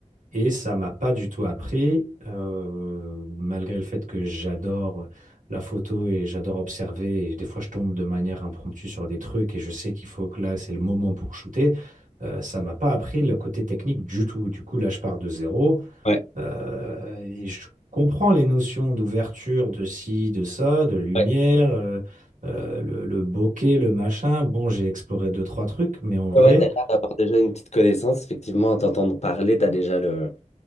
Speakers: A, on the right (about 75°); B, on the left (about 55°).
A: Et ça m'a pas du tout appris, euh, malgré le fait que j'adore la photo et j'adore observer. Et des fois, je tombe de manière impromptue sur des trucs et je sais qu'il faut que là, c'est le moment pour shooter. Euh, ça m'a pas appris le côté technique du tout. Du coup, là, je pars de zéro.
B: ouais,
A: Euh, et je comprends les notions d'ouverture, de ci, de ça, de lumière,
B: ouais.
A: euh, euh, le, le bokeh, le machin. Bon, j'ai exploré deux, trois trucs, mais en vrai,
B: Ouais, ouais, t'as l'air d'avoir déjà une petite connaissance. Effectivement, à t'entendre parler, t'as déjà le,